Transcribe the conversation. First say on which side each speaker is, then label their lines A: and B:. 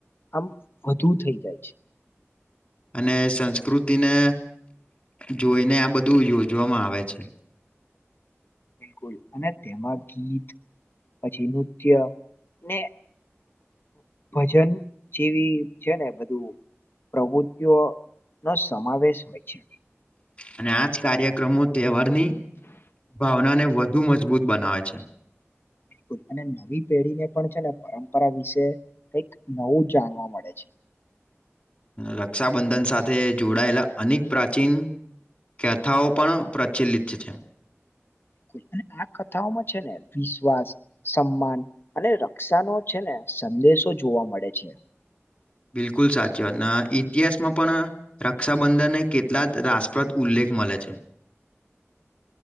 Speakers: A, on the left; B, on the left.
A: આમ વધુ થઇ જાય છે.
B: અને સંસ્કૃતિને જોઈને આ બધું યોજવામાં આવે છે.
A: બિલકુલ અને તેમાં ગીત પછી નૃત્ય ને ભજન જેવી છે ને બધું પ્રવૃત્તિઓ નો સમાવેશ હોય છે.
B: અને આજ કાર્યક્રમો તહેવાર ની ભાવના ને વધુ મજ મજબૂત બનાવે છે.
A: બિલકુલ અને નવી પેઢીને પણ છે ને પરંપરા વિશે કઈક નવું જાણવા મળે છે.
B: રક્ષાબંધન સાથે જોડાયેલા અનેક પ્રાચીન કથાઓ પણ પ્રચલિત છે.
A: <unintelligible> આ કથાઓમાં છે ને વિશ્વાસ, સમ્માન અને રક્ષાનો છે ને સંદેશો જોવા મળે છે.
B: બિલકુલ સાચી વાત ઇતિહાસમાં પણ રક્ષાબંધનને કેટલા જ રાસપ્રદ ઉલ્લેખ મળે છે.